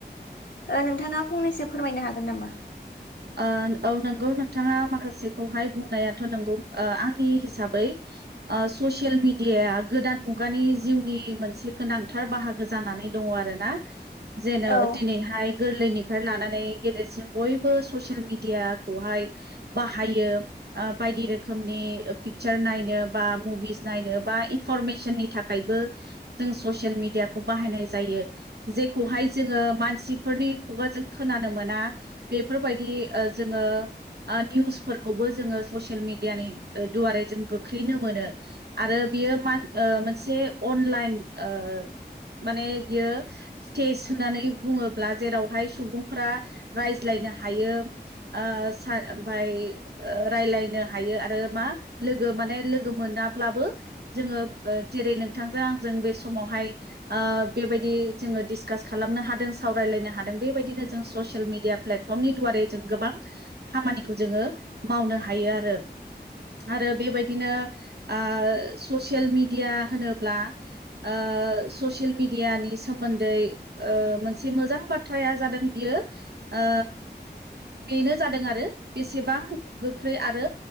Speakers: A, on the left; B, on the right.
A: ओ नोंथाङा फंनैसो फोरमायनो हागोन नामा
B: ओ औ नोंगौ नोंथाङा माखासेखौहाय बुंनायाथ' नोंगौ आंनि हिसाबै ससियेल मिडियाया गोदान मुगानि जिउनि मोनसे गोनांथार बाहागो जानानै दङ आरोना जेन'
A: औ
B: दिनैहाय गोरलैनिफ्राय लानानै गेदेरसिम बयबो ससिल मिदियाखौहाय बाहायो बायदि रोखोमनि पिकचार नायनो बा मुभिस नायनो बा इनफरमेसननि थाखायबो जों ससियेल मिडियाखौ बाहायनाय जायो जेखौहाय जोङो मानसिफोरनि खुगाजों खोनानो मोना बेफोरबायदि ओ जोङो ओ निउसफोरखौबो जोङो ससियेल मिडियानि दुवारै जों गोख्रैनो मोनो आरो बियो मा मोनसे अनलाइन ओ माने बियो स्टेज होननानै बुङोब्ला जेरावहाय सुबुंफोरा रायज्लायनो हा हायो आ सा ओमफाय ओ रायलायनो हायो आरो मा लोगो माने लोगो मोनाब्लाबो जोङो जेरै नोंथांजों आंजों बे समावहाय आ बेबायदि जोङो डिसकास खालामनो हादों सावरायलायनो हादों बेबायदिनो जों ससियेल मिडिया प्लेट फ्रमनि दुवारै जों गोबां खामानिखौ जोङो मावनो हायो आरो आरो बेबायदिनो आ ससियेल मिडिया होनोब्ला ओ ससियेल मिडियानि सोमोन्दै मोनसे मोजां बाथ्राया जादों बियो ओ ओ बेनो जादों आरो बेसेबां गोख्रै आरो